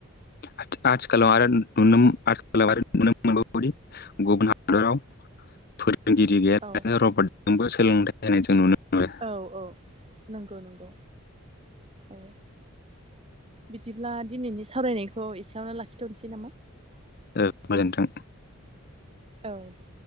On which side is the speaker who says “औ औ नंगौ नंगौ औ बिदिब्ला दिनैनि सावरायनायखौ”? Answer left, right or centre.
Right